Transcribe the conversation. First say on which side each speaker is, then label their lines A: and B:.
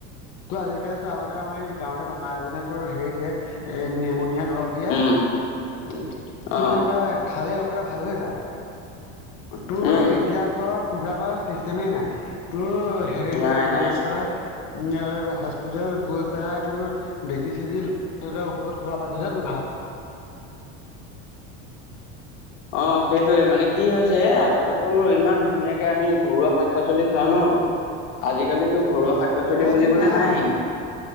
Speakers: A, on the left (about 50°); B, on the left (about 80°).
A: তো, আজি কালিটো আগতে আমাৰ এই গাঁৱতে ককা এজনে তোৰ হেৰি দিয়ে। এ নেমুনিয়া দৰৱ দিয়ে,
B: উম
A: উম। তোৰ
B: অ
A: মানে একেবাৰে খালে লগতে ভাল হৈ যায়। তোৰ মানে
B: উম
A: এতিয়া তই খুব্ৰাকৰ চিষ্টেমেই নাই। তোৰ হেৰি
B: নাই
A: কি বুলি
B: নাই
A: কয় হস্পিতাল গৈ পেলাই তোৰ, বেজি- চেজি লৈ ঔষধ খোৱা পাছতহে তোৰ ভাল।
B: অ, সেইটোয়ে মানে কি হৈছে। এ আগতেতো ইমান ধুনীয়াকে আমি ঘৰুৱা শাক- পাচলি খাওঁ ন।
A: <inaudible>
B: আজি কালিতো ঘৰুৱা শাক- পাচলি
A: আগৰ
B: বুলিবলে
A: দিন
B: নাই।
A: আৰু